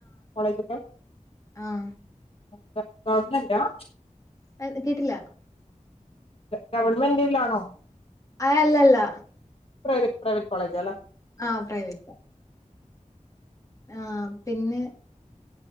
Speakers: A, on the left; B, on the left.
A: കോളേജൊക്കെ
B: ആഹ
A: <unintelligible>
B: ആ കേട്ടില്ല
A: ഗവണ്മെന്റിൽ ആണോ
B: ആ അല്ലല്ല
A: പ്രൈവേറ്റ് പ്രൈവേറ്റ് കോളജല്ല
B: ആഹ പ്രയവറ്റ ആഹ പിന്നെ